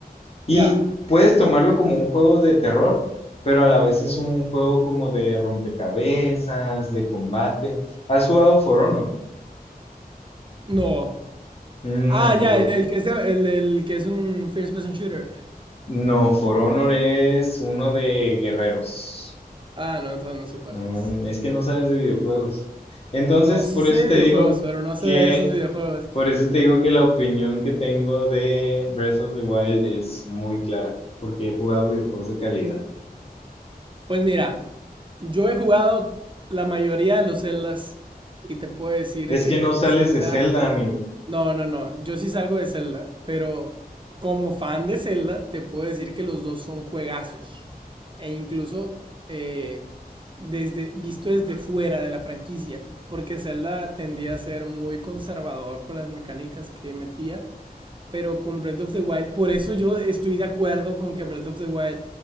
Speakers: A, on the left; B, on the right.
A: Y
B: Ya,
A: puedes tomarlo como un juego de terror, pero a la vez es un juego como de rompecabezas, de combate. ¿Has jugado For Honor?
B: no.
A: Mm,
B: Ah,
A: amigo,
B: ya, el, el que es de- el, el que es un first person shooter.
A: no, For Honor es uno de guerreros.
B: Ah, no, entonces no sé cuál
A: Mm,
B: es.
A: es que no sabes de videojuegos. Entonces,
B: No, sí
A: por
B: sé
A: eso
B: de
A: te
B: videojuegos,
A: digo
B: pero no sé
A: que
B: de esos videojuegos.
A: Por eso te digo que la opinión que tengo de Breath of the Wild es muy clara, porque he jugado videojuegos de calidad.
B: Pues mira, yo he jugado la mayoría de los Zeldas y te puedo decir
A: Es
B: que
A: que no sales
B: Zelda
A: de Zelda, amigo.
B: No, no, no. Yo sí salgo de Zelda, pero como fan de Zelda, te puedo decir que los dos son juegazos. E incluso eh, desde, visto desde fuera de la franquicia, porque Zelda tendía a ser muy conservador con las mecánicas que metía, pero con Breath of the Wild, por eso yo estoy de acuerdo con que Breath of the Wild